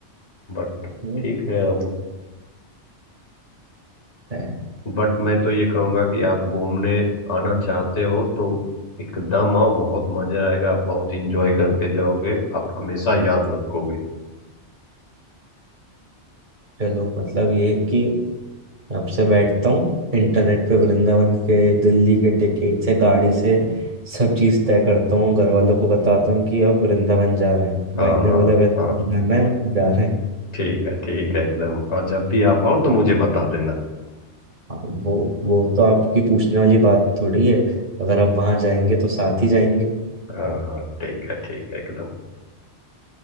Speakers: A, on the left (about 70°); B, on the right (about 40°).
A: बट
B: हम्म,
A: ठीक है अब
B: है
A: बट मैं तो ये कहूँगा कि आप घूमने आना चाहते हो तो एकदम आओ बहुत मजा आएगा आप बहुत इंजॉय करके जाओगे आप हमेशा याद रखोगे
B: चलो मतलब ये है कि अब से बैठता हूँ इंटरनेट पे वृंदावन के दिल्ली के टिकट से गाड़ी से सब चीज़ तय करता हूँ घर वालों को बताता हूँ कि अब वृंदावन जा रहे हैं
A: हाँ
B: भाई ने
A: हाँ
B: बोला वृंदावन
A: हाँ
B: जाना है मतलब जा रहे हैं
A: ठीक है ठीक है एकदम और जब भी आप आओ तो मुझे बता देना
B: हाँ, वो वो तो आपकी पूछने वाली बात थोड़ी है अगर आप वहाँ जाएंगे तो साथ ही जाएंगे
A: हाँ हाँ ठीक है ठीक है एकदम